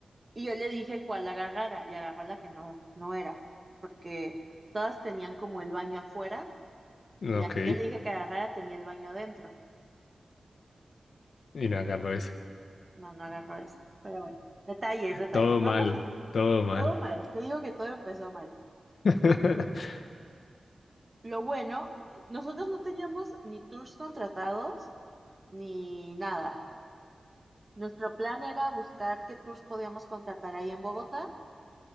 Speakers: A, on the right; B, on the left.
A: Y yo le dije cuál agarrara y agarró la que no, no era, porque todas tenían como el baño afuera
B: No,
A: y la
B: Ok,
A: que yo le dije que agarrara tenía el baño adentro.
B: inhalarlo eso.
A: No, no agarró esa. Pero bueno, detalles, detalles.
B: Todo
A: Vamos
B: mal,
A: a...
B: todo mal.
A: Todo mal, te digo que todo empezó mal.
B: <laughs>
A: Lo bueno, nosotros no teníamos ni tours contratados ni nada. Nuestro plan era buscar qué tours podíamos contratar ahí en Bogotá,